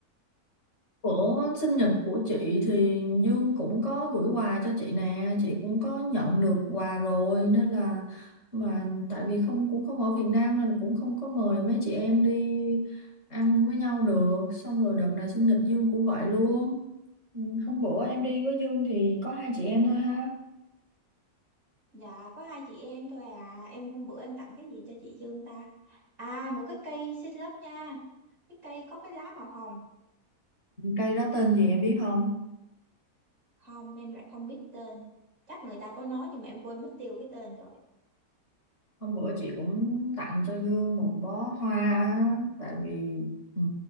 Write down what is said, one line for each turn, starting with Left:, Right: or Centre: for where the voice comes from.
Left: Bữa sinh nhật của chị thì Dương cũng có gửi quà cho chị nè, chị cũng có nhận được quà rồi nên là mà tại vì không cũng không ở Việt Nam nên cũng không có mời mấy chị em đi ăn với nhau được. Xong rồi đợt này sinh nhật Dương cũng vậy luôn. Ừ, Hôm bữa em đi với Dương thì có hai chị em thôi ha.
Right: Dạ có hai chị em thôi à Em hôm bữa em tặng cái gì cho chị Dương ta À một cái cây xinh lắm nha Cái cây có cái lá màu hồng
Left: Cây đó tên gì em biết không?
Right: Không em lại không biết tên Chắc người ta có nói nhưng mà em quên mất tiêu cái tên rồi
Left: Hôm bữa chị cũng tặng cho Dương một bó hoa á, tại vì ừ,